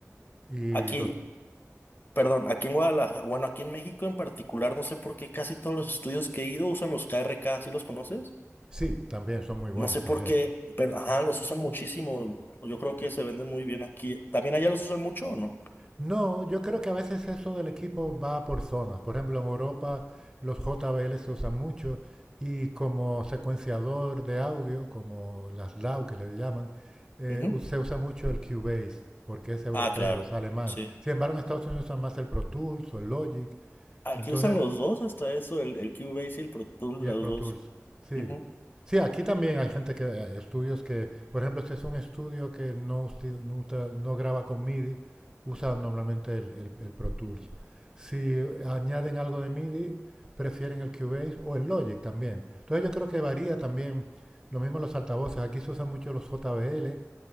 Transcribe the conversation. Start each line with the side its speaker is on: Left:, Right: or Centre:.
Right: Y
Left: Aquí,
Right: los,
Left: perdón, aquí en Guadalajara, bueno, aquí en México en particular, no sé por qué casi todos los estudios que he ido usan los K R KRK, ¿sí los conoces?
Right: sí, también son muy buenos
Left: No sé
Right: también.
Left: por qué, pero ajá, los usan muchísimo. Yo creo que se venden muy bien aquí. ¿También allá los usan mucho o no?
Right: No, yo creo que a veces eso del equipo va por zonas. Por ejemplo, en Europa los JBL se usan mucho y como secuenciador de audio, como las LAW que le llaman, eh,
Left: Ujú.
Right: u- se usa mucho el Cubase porque es europeo,
Left: Ah, claro,
Right: es alemán.
Left: sí.
Right: Sin embargo, en Estados Unidos usan más el Pro Tools o el Logic.
Left: Aquí
Right: Entonces,
Left: usan los dos, hasta eso, el, el Cubase y el Pro Tools,
Right: Y
Left: los
Right: el Pro
Left: dos.
Right: Tools. Sí.
Left: Ujú.
Right: Sí, aquí también hay gente que, eh, estudios que, por ejemplo, si es un estudio que no, usti- no, tra- no graba con MIDI, usan normalmente el, el- el Pro Tools. Si añaden algo de MIDI, prefieren el Cubase o el Logic también. Entonces yo creo que varía también, lo mismo los altavoces, aquí se usan mucho los JBL